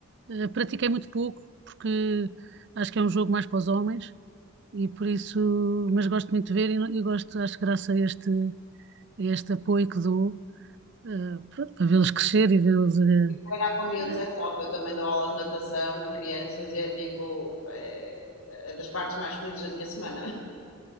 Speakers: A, on the right; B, on the left.
A: Eh, pratiquei muito pouco, porque acho que é um jogo mais para os homens, e por isso, mas gosto muito de ver e, não- e gosto, acho que graças a este, a este apoio que dou, eh, pronto, para vê-los crescer e vê-los. eh,
B: E trabalhar com miúdos
A: eh,
B: é top. Eu também dou aulas de natação a crianças e é tipo, é, é das partes mais felizes da minha semana.